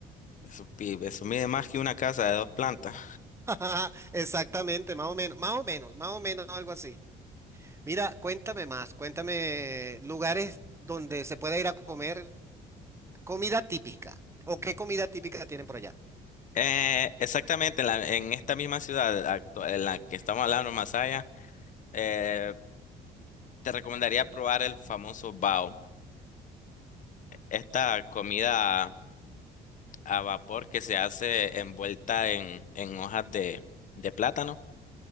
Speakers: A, on the left; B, on the right.
A: Eso, pi- eso mide más que una casa de dos plantas.
B: <laughs> Exactamente, más o menos, más o menos, más o menos algo así. Mira, cuéntame más, cuéntame lugares donde se pueda ir a comer comida típica. ¿O qué comida típica tienen por allá?
A: Eh, exactamente, en, la- en esta misma ciudad actu- en la que estamos hablando, Masaya, eh, te recomendaría probar el famoso bao. Esta comida a vapor que se hace envuelta en, en hojas de, de plátano